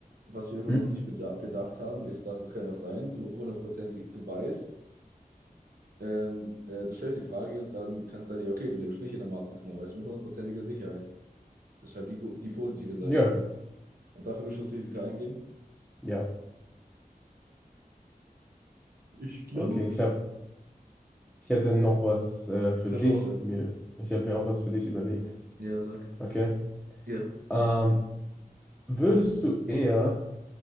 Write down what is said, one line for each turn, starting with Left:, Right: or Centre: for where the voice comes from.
Right: was wir immer
Centre: Hm?
Right: noch nicht beda bedacht haben, ist, dass es kann ja auch sein, du hundertprozentig, du weißt, Ähm, äh, du stellst die Frage und dann kannst du sagen, ja, okay, du lebst nicht in der Matrix noch, weißt du, mit hundertprozentiger Sicherheit. Das ist halt die, gu- die positive Seite
Centre: Ja,
Right: noch. Und dafür willst du das Risiko eingehen?
Centre: ja.
Right: Ich glaube.
Centre: Okay, ich hab, ich hätte noch was äh, für
Right: Hast
Centre: dich.
Right: du auch eins?
Centre: Mir, ich habe mir auch was für dich überlegt.
Right: Ja, sag.
Centre: Okay.
Right: Ja,
Centre: Ähm,
Right: sag.
Centre: Würdest du eher